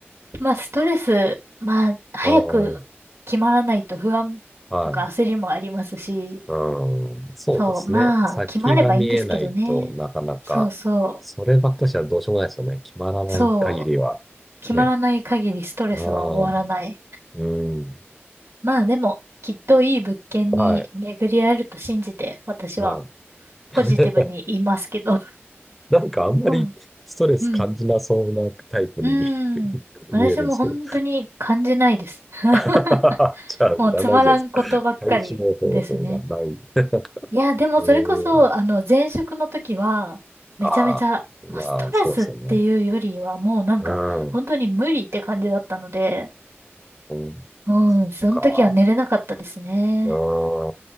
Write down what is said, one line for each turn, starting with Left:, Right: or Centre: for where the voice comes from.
Right: まあストレス、まあ早く決まらないと不安とか焦りもありますし、
Centre: ああ。はい。うん、そうですね。
Right: そう、まあ決まればいいんですけどね。
Centre: 先が見えないとなかなか、
Right: そうそ
Centre: そればっかしはどうしようもないですよね。決まらない限りは。
Right: う、そう、決まらない限りストレスは終わらない。
Centre: ね。ああ、うん。
Right: まあでも、きっといい物件に巡り合えると信じて、
Centre: はい。
Right: 私は
Centre: はい。
Right: ポジティブに言いますけど。
Centre: <laughs> なんかあんまりストレス感じなそうなタイプに見え、
Right: うん。うん。うん。
Centre: <laughs> 見えるんですけど。
Right: 私も本当に感じないです。
Centre: <laughs> じ
Right: <laughs>
Centre: ゃあ、
Right: もうつまらんことばっかりですね。
Centre: いらないじゃないですか。解消方法がない。<laughs>
Right: いや、でもそれこそ、
Centre: えー、
Right: あの、前職の時は、めちゃめちゃ、
Centre: ああ、まあ、
Right: まあ、ストレスっていうよりは、
Centre: そうですよね。
Right: もうなんか、
Centre: うん。
Right: 本当に無理って感じだったので、
Centre: うん。
Right: うん、
Centre: そっか。
Right: その時は寝れなかったですね。
Centre: ああ、